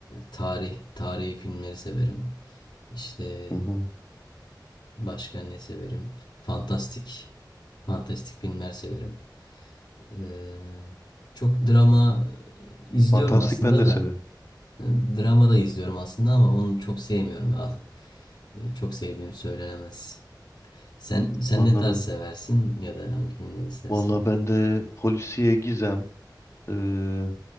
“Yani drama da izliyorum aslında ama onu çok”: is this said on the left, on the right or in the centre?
Left